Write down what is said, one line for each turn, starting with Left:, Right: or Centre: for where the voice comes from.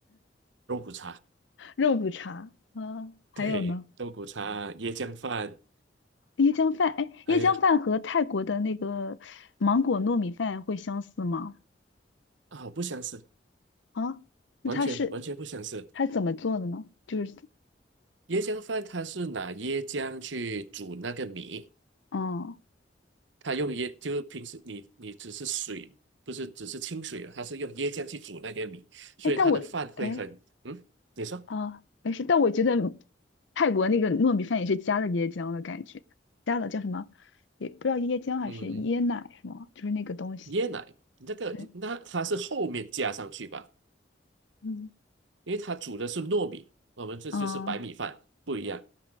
Right: 肉骨茶，
Left: 肉骨茶，嗯，还有呢，
Right: 对，肉骨茶、椰浆饭，
Left: 椰浆饭。哎，
Right: 还有
Left: 椰浆饭和泰国的那个芒果糯米饭会相似吗？
Right: 啊，不相似，
Left: 啊，那它是
Right: 完全完全不相似。
Left: 它是怎么做的呢？就是，
Right: 椰浆饭它是拿椰浆去煮那个米，
Left: 嗯，
Right: 它用椰，就是平时你你只是水，不是只是清水它是用椰浆去煮那个米，所以它的饭会很，
Left: 哎，但我哎
Right: 嗯，你说，
Left: 啊，没事，但我觉得泰国那个糯米饭也是加了椰浆的感觉，加了叫什么？也不知道椰浆还是椰奶是吗？
Right: 嗯，
Left: 就是那个东西。
Right: 椰奶这个那它是后面加上去吧，
Left: 对，嗯，
Right: 因为它煮的是糯米，我们这就是白米饭不一样，
Left: 啊，